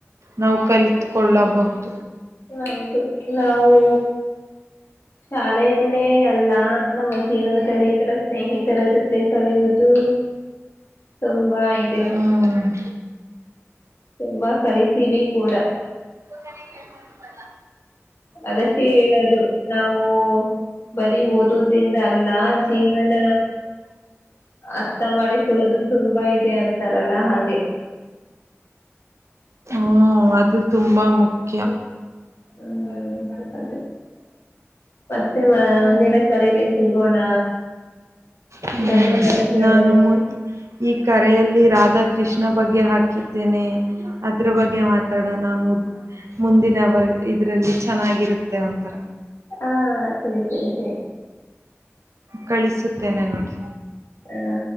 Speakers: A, on the right; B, on the left.
A: ನಾವು ಕಲಿತುಕೊಳ್ಳಬಹುದು
B: ಹೌದು ನಾವು ಶಾ ತಲೆಯಲ್ಲೇ ಅಲ್ಲ ನಮ್ಮ ಜೀವನದಲ್ಲಿ ಇತರ ಸ್ನೇಹಿತರ ಜೊತೆ ಕಲಿಯುವುದು ತುಂಬಾ ಇದೆ
A: ಹ್ಮ್
B: ತುಂಬಾ ಕಲಿತೀವಿ ಕೂಡ
A: ಹದನೇ ಕೇಳ್ಕೊಂಡಿಂತಲ್ಲ
B: ಅದಕ್ಕೆ ಹೇಳೋದು ನಾವು ಬರೀ ಓದೋದ್ರಿಂದ ಅಲ್ಲ ಜೀವನ ಅರ್ಥ ಮಾಡಿಕೊಳ್ಳೋದು ತುಂಬಾ ಇದೆ ಅಂತಾರಲ್ಲ ಹಾಗ <inaudible>
A: ಹ್ಞ ಅದು ತುಂಬ ಮುಖ್ಯ.
B: <unintelligible> ಮತ್ತೆ ಮ ಮುಂದಿನ ಕರಿಲಿ ಸಿಗೋಣ.
A: ಹ್ಮ್
B: ಧನ್ಯವಾದಗಳು
A: ನಾನು ಈ ಕರೆಯಲ್ಲಿ ರಾಧ. ಕೃಷ್ಣ ಬಗ್ಗೆ ಹಾಕಿದ್ದೇನೆ ಅದ್ರ ಬಗ್ಗೆ ಮಾತಾಡ ನಾವು ಮುಂದಿನ ಇದ್ರಲ್ಲಿ ಚೆನ್ನಾಗಿರುತ್ತೆ ಒಂತರ.
B: ಹಾ ಸರಿ ಸರಿ ಸರಿ
A: ಕಳಿಸುತ್ತೇನೆ ನೋಡಿ
B: ಹಾ